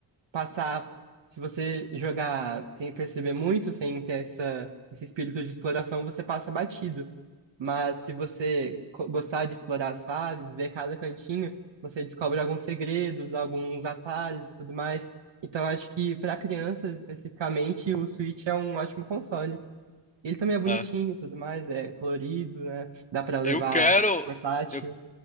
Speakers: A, on the right; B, on the left.
A: passar, se você jogar sem perceber muito, sem ter essa, esse espírito de exploração, você passa batido. Mas se você co- gostar de explorar as fases, ver cada cantinho, você descobre alguns segredos, alguns atalhos e tudo mais. Então acho que para crianças especificamente, o Switch é um ótimo console. Ele também é bonitinho
B: é.
A: e tudo mais, é colorido, né? Dá para levar
B: Eu quero
A: portátil.
B: eu,